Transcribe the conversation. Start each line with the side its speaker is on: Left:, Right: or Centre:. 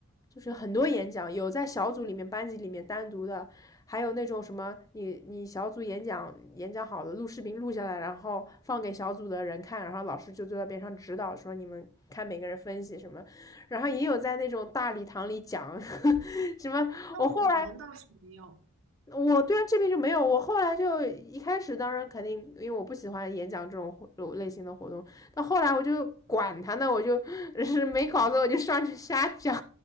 Left: 就是很多演讲，有在小组里面、班级里面单独的，还有那种什么你你小组演讲演讲好了，录视频录下来，然后放给小组的人看，然后老师就坐在边上指导，说你们看每个人分析什么，然后也有在那种大礼堂里讲呵呵 <laughs> 什么。
Right: 那我们倒是没有。
Left: 我后来我对啊，这边就没有。我后来就一开始，当然肯定，因为我不喜欢演讲这种活类型的活动。到后来我就管他呢，我就 <laughs> 是没稿子我就上去瞎讲，